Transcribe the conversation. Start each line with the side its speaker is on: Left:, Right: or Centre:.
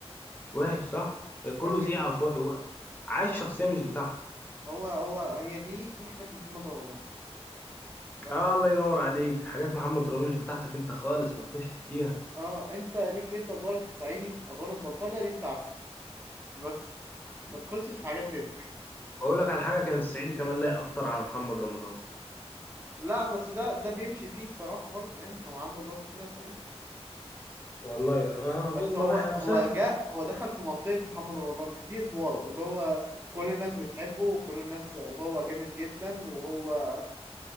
Left: وحش صح كله
Right: وحش جدا
Left: زي على الفاضي هو عايش شخصية مش بتاعته
Right: هو هو هي دي دي حاجات محمد رمضان بس
Left: آه الله ينور عليك حاجات محمد رمضان مش بتاعتك انت خالص ما تخشش فيها
Right: اه انت ليك انت ادوارك الصعيدي ادوار البلطجه دي بتاعتك بس ما تخشش في حاجات غيرك
Left: اقول لك على حاجة كان الصعيدي كمان لايق اكتر على محمد رمضان
Right: لا بس ده ده بيمشي فيه الصراحه برضه يعني هو عنده ادوار كتيره صعيدي
Left: والله ده ما
Right: بس
Left: ما
Right: هو
Left: بحب
Right: هو
Left: بصراحة
Right: جاء هو دخل في منطقة محمد رمضان دي ادواره اللي هو كل الناس بتحبه وكل الناس وهو جامد جدا وهو